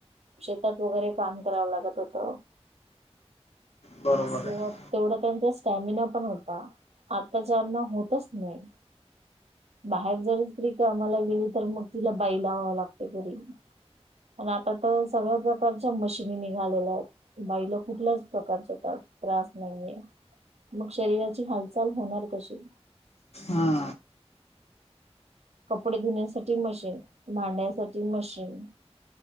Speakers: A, on the right (about 75°); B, on the left (about 70°).
A: शेतात वगेरे काम करावं लागत होत.
B: बरोबर
A: तेव्हा
B: आहे.
A: तेवडा त्यांचा स्टॅमिना पण होता आता ज्याना होतच नाइ बाहेर जर स्त्री कामाला गेली तर मग तिला बाई लाव लागते घरी प आता तर सगळ्या प्रकारच्या मशीनी निघालेल्या आहेत बाई ल कुटल्याच प्रकारचा तास त्रास नाइये मग शरीराची हालचाल होणार कशी
B: हा
A: कपडे धुण्यासाटी मशीन भांड्यांसाटी मशीन